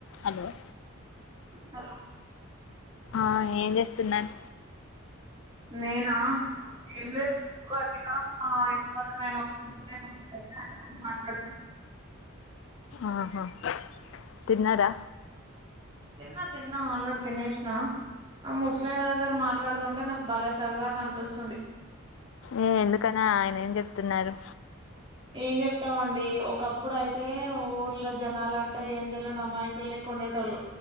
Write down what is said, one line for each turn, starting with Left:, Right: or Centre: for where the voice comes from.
Left: Hello
Right: hello
Left: ఆ ఏం చేస్తున్నారు
Right: నేనా ఏం లేదు <unintelligible> మా ఇంటి పక్కన <unintelligible> ఆయన తోటి మాట్లాడుతున్న
Left: ఆహా తిన్నారా
Right: తిన్నా తిన్నా అల్రేడి తినేష్నా ఆ ముస్లియన్ తోటి మాట్లాడుతుంటే నాకు బలే సరదాగా అనిపిస్తుంది
Left: ఏ ఎందుకని ఆయన ఏం చెప్తున్నారు
Right: ఏం చెప్తామండి ఒకప్పుడు అయితే ఊర్లో జనాాలంటే ఏం తెలియని అమాయకులే కుండే టోల్లు